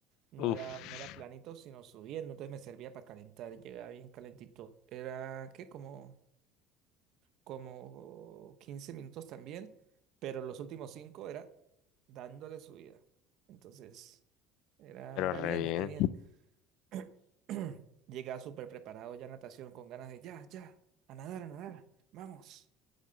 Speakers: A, on the right; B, on the left.
A: no
B: uf,
A: era, no era planito, sino subiendo. Entonces me servía para calentar, llegaba bien calentito. Era, ¿qué? Como como 15 minutos también, pero los últimos 5 era dándole su vida. Entonces, era,
B: pero
A: era
B: re
A: bien,
B: bien.
A: era bien. <clears throat> Llegaba súper preparado ya a natación con ganas de ya, ya, a nadar, a nadar, vamos.